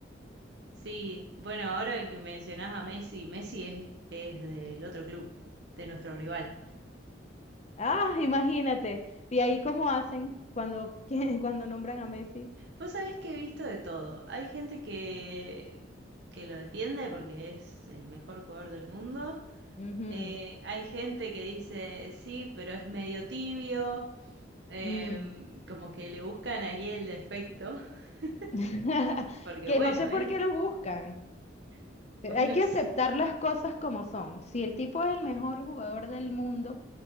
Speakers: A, on the right (about 65°); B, on the left (about 35°).
A: sí, bueno, ahora que mencionás a Messi, Messi es, es del otro club, de nuestro rival.
B: Ah, imagínate. Y ahí cómo hacen cuando, <laughs> cuando nombran a Messi.
A: Vos sabés que he visto de todo. Hay gente que, que lo defiende porque es el mejor jugador del mundo.
B: Ujú,
A: Eh, hay gente que dice, sí, pero es medio tibio. Em,
B: mm.
A: como que le buscan ahí el defecto, <laughs>
B: <laughs>
A: porque
B: Que
A: bueno,
B: no sé
A: es,
B: por qué lo buscan.
A: <laughs> bueno,
B: Hay que
A: es-
B: aceptar las cosas como son. Si el tipo es el mejor jugador del mundo,